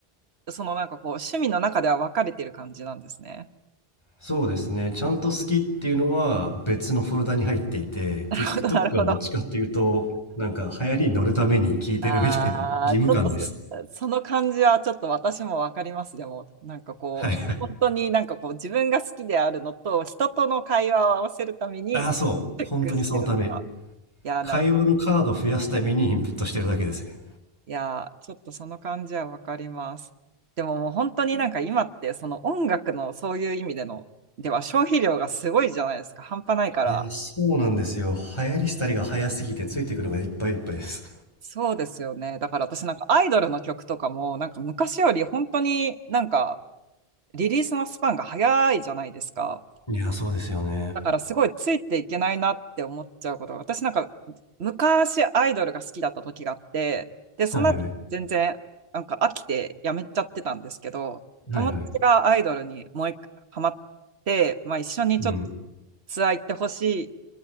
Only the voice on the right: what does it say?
う、そのなんかこう、趣味の中では分かれてる感じなんですね。
<laughs>
なるほど、
なるほど。
ああ、ちょっとそ、その感じはちょっと私も分かります。でも、なんかこう、
本当になんかこう、自分が好きであるのと、人との会話を合わせるために、
チェックしてるとか。
いやー、
なるほど。いやー、ちょっとその感じは分かります。でももう本当になんか今って、その音楽のそういう意味での、では消費量がすごいじゃないですか。半端ないから。
そうですよね。だから私なんかアイドルの曲とかも、なんか昔より本当になんかリリースのスパンが早いじゃないですか。
だからすごいついていけないなって思っちゃうことが、私なんか昔アイドルが好きだった時があって、で、その後全然なんか飽きてやめちゃってたんですけど、
友達がアイドルにもう一回ハマって、
まあ一緒にちょっと
ツアー行ってほしいって